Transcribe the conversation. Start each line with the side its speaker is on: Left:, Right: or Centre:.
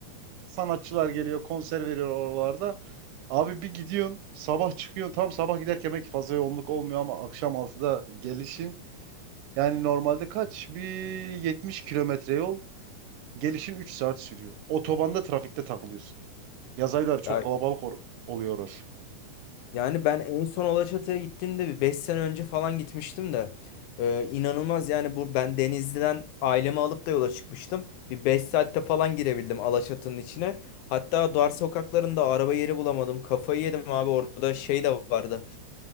Right: Sanatçılar geliyor, konser veriyor oralarda. Abi bir gidiyorsun, sabah çıkıyorsun. Tam sabah giderken belki fazla yoğunluk olmuyor ama akşam altıda gelişin. Yani normalde kaç? Bir 70 kilometre yol. Gelişin 3 saat sürüyor. Otobanda trafikte takılıyorsun. Yaz ayları çok
Left: Ya
Right: kalabalık or- oluyor orası.
Left: Yani ben en son Alaçatı'ya gittiğimde bir 5 sene önce falan gitmiştim de e, inanılmaz yani bu ben Denizli'den ailemi alıp da yola çıkmıştım. Bir 5 saatte falan girebildim Alaçatı'nın içine. Hatta dar sokaklarında araba yeri bulamadım. Kafayı yedim abi orada şey de vardı